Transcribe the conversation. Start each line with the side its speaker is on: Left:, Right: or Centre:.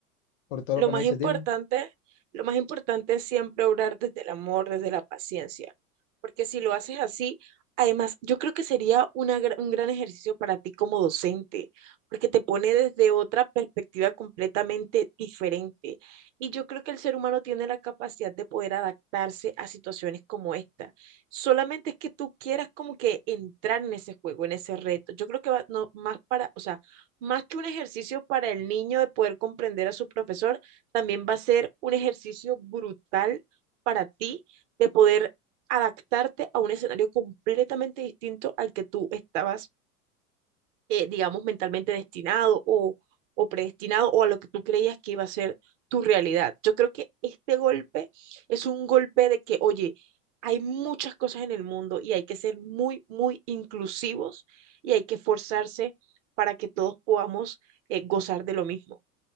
Left: por todo
Right: Lo
Left: lo que
Right: más
Left: me dices.
Right: importante,
Left: Dime,
Right: lo más importante es siempre obrar desde el amor, desde la paciencia, porque si lo haces así, además, yo creo que sería una gra- un gran ejercicio para ti como docente, porque te pone desde otra perspectiva completamente diferente. Y yo creo que el ser humano tiene la capacidad de poder adaptarse a situaciones como esta. Solamente es que tú quieras como que entrar en ese juego, en ese reto. Yo creo que va no, más para, o sea, más que un ejercicio para el niño de poder comprender a su profesor, también va a ser un ejercicio brutal para ti de poder adaptarte a un escenario completamente distinto al que tú estabas, eh, digamos, mentalmente destinado o, o predestinado o a lo que tú creías que iba a ser tu realidad. Yo creo que este golpe es un golpe de que, oye, hay muchas cosas en el mundo y hay que ser muy, muy inclusivos y hay que esforzarse para que todos podamos eh, gozar de lo mismo.